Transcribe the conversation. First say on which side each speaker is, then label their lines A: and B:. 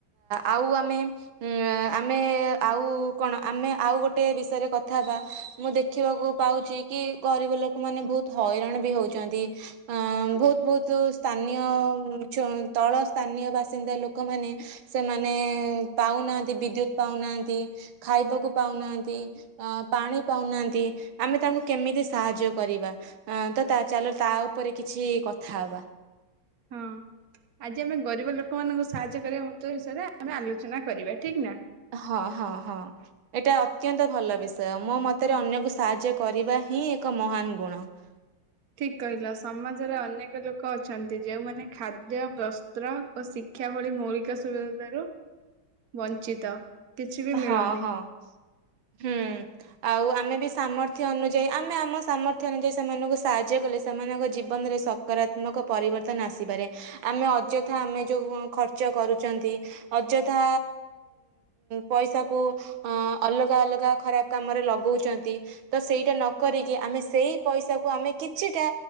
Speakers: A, on the right; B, on the right.
A: ଆଉ ଆମେ ହଁ ଆମେ ଆଉ କଣ ଆମେ ଆଉ ଗୋଟେ ବିଷୟରେ କଥା ହେବା, ମୁଁ ଦେଖ ଦେଖିବାକୁ ପାଉଛି କି ଗରିବ ଲୋକମାନୋନେ ବହୁତ ହଇରାଣ ବି ହଉଛନ୍ତି। ଅ ବହୁତ ବହୁତ ସ୍ଥାନୀୟ ତଳ। ସ୍ଥାନୀୟ ବାସିନ୍ଦା ଲୋକମାନୋନ ସେମାନେ ପାଉନାହାନ୍ତି ବିଦ୍ୟୁତ ପାଉନାହାନ୍ତି। ଖାଇବାକୁ ପାଉନାହାନ୍ତି। ଅ ପାଣି ପାଉନାହାନ୍ତି ଆମେ ତାଙ୍କୁ କେମିତି ସାହାଯ୍ୟ କରିବା? ଅ ତ ତା ଚାଲ ତା ଉପରେ କିଛି କଥା ହବା।
B: ହଁ। ଆଜି ଆମେ ଗରିବ ଲୋକମାନଙ୍କୁ ସାହାଯ୍ୟ କରିବା ମୃତ୍ତ ବିଷୟରେ ଆମେ ଆଲୋଚନା କରିବା ହେଲା।
A: ହଁ ହଁ ହଁ। ଏଇଟା ଅତ୍ୟନ୍ତ ଭଲ ବିଷୟ ମୋ ମତରେ ଅନ୍ୟକୁ ସାହାଯ୍ୟ କରିବା ହିଁ ଏକ ମହାନ ଗୁଣ। <inaudible>
B: ଠିକ କହିଲ ସମାଜରେ ଅନେକ ଲୋକ ଅଛନ୍ତି ଯେଉଁମାନେ ଖାଦ୍ୟ ବସ୍ତ୍ର ଓ ଶିକ୍ଷା। ଶିକ୍ଷା ଭଳି ମୌଳିକ ସୁବିଧାରୁ ବଞ୍ଚିତ। କିଛି ବି
A: ହଁ
B: ମିଳୁନି।
A: ହଁ ହୁଁ। ଆଉ ଆମେ ବି ସାମର୍ଥ୍ୟ ଅନୁଯାୟୀ ଆମେ ଆମ ସାମର୍ଥ୍ୟ ଅନୁଯାୟୀ ସେମାନଙ୍କୁ ସାହାଯ୍ୟ କଲେ ସେମାନଙ୍କ ଜୀବନରେ ସଫଳ। ସକାରାତ୍ମକ ପରିବର୍ତ୍ତନ ଆସିପାରେ ଆମେ ଅଯଥା ଆମେ ଯୋଉ ଖର୍ଚ୍ଚ କରୁଛନ୍ତି। ଅଯଥା। ପଇସା କୁ ଅଲଗା ଅଲଗା ଖରାପ କାମରେ ଲଗଉଛନ୍ତି। ତ ସେଇଟା ନକରିକି ଆମେ ସେଇ ପଇସାକୁ ଆମେ କିଛିଟା।